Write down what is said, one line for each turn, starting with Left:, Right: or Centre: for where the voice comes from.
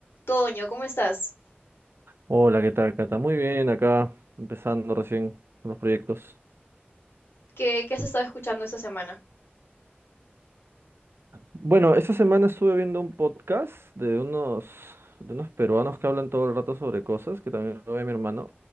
Left: Toño, ¿cómo estás?
Right: Hola, ¿qué tal, Cata? Muy bien, acá empezando recién con los proyectos.
Left: ¿Qué, qué has estado escuchando esta semana?
Right: Bueno, esta semana estuve viendo un podcast de unos, de unos peruanos que hablan todo el rato sobre cosas, que también lo ve mi hermano,